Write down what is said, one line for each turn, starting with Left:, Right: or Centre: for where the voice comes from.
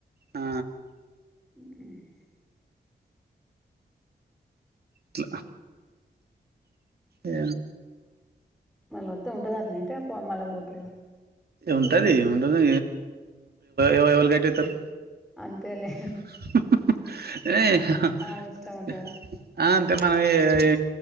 Right: ఆ
Centre: ఆ
Right: చ ఏ
Centre: మళ్ళీ వస్త ఉంటద అట్ ఏంట మళ్ళ పోతుందా
Right: ఉంటది ఉంటది ఇవైళ గైట్ అవుతారు
Centre: అంతే లె
Right: <unintelligible>
Centre: ఆమె ఇష్టం అంటవా
Right: అయితే మన ఏ